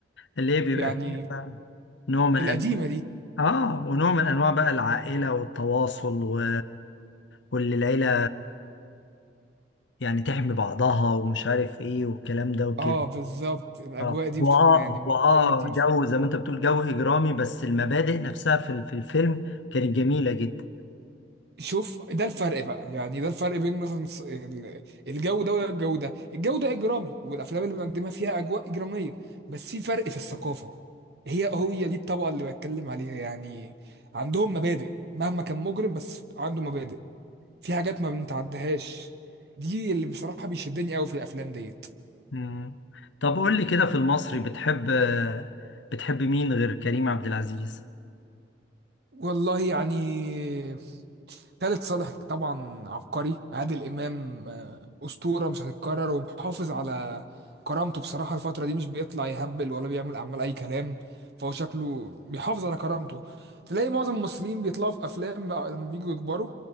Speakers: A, on the left; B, on the right.
A: اللي هي بيبقى
B: يعني
A: فيه بقى نوع من
B: القديمه
A: أنواع
B: دي
A: آه ونوع من أنواع بقى العائلة والتواصل و... واللي العيلة يعني تحمي بعضها ومش عارف إيه والكلام ده وكده
B: اه بالظبط الاجواء
A: اه
B: دي
A: هو
B: بتبقى
A: اه
B: يعني بالنسبه
A: هو اه
B: لي لطيفه
A: جو زي ما انت بتقول جو اجرامي بس المبادئ نفسها في ال- في الفيلم كانت جميله جدا
B: شوف ده الفرق بقى يعني ده الفرق بين مثلا الص- ال- الجو ده وده الجو ده الجو ده اجرامي والافلام اللي بنقدمها فيها اجواء اجراميه بس في فرق في الثقافه هي هي دي الطبقه اللي بتكلم عليها يعني عندهم مبادئ مهما كان مجرم بس عنده مبادئ في حاجات ما بنتعدهاش دي اللي بصراحة بيشدني قوي في الافلام ديت
A: مم. طب قول لي كده في المصري بتحب بتحب مين غير كريم عبد العزيز
B: والله يعني خالد صالح طبعا عبقري عادل امام آه، اسطورة مش هتتكرر ومحافظ على كرامته بصراحة الفترة دي مش بيطلع يهبل ولا بيعمل اعمال اي كلام فهو شكله بيحافظ على كرامته تلاقي معظم الممثلين بيطلعوا في افلام بقى لما بييجوا يكبروا